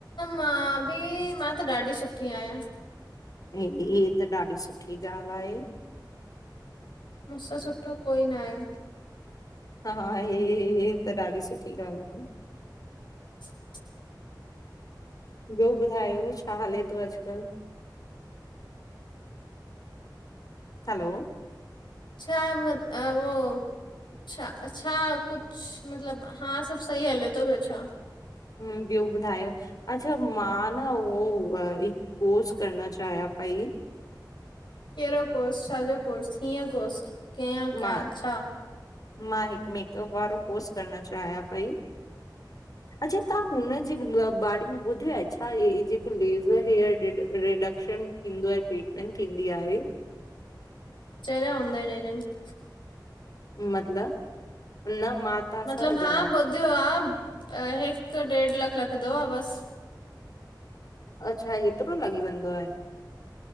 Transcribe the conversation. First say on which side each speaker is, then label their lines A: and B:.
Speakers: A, on the left (about 85°); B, on the left (about 55°).
A: मां बि मां त ॾाढी सुठी आहियां।
B: दीदी हीअ त ॾाढी सुठी ॻाल्हि आहे।
A: मुसा सुठो कोई नाहे।
B: हा हा हा हे हे हे हे त ॾाढी सुठी ॻाल्हि आहे न।
A: छ छ
B: ॿयो ॿुधायो छा हले यो अॼुकल। हैलो
A: छा मत अहो छा अच्छा कुछ मतलब हा सभ सही हले थो बियो छा।
B: हू ॿयो ॿुधायो अच्छा मां न उहो हिक कोर्स करणा चाहिया पई।
A: कहि्ड़ो कोर्स छाजो कोर्स कीअं कोर्स कीअं क्या
B: मां,
A: छा
B: मां हिक मेकअप वारो कोर्स करणा चाहियां पई। अच्छा ता हुनजे बारे में ॿुधियो आहे छा जेको लेज़र हेयरडि रिडक्शन हीदो आहे ट्रीटमेंट थींदी आहे
A: चरया हूंदा आहिनि अजन। <unintelligible>
B: मतलब, न मां तव्हां
A: मतलब
B: सां ॻाल्हायां
A: हा ॿुधु हा, हिक ॾेढ लख लखंदो आ बस
B: अच्छा, ऐतिरो लॻी वेंदो आहे।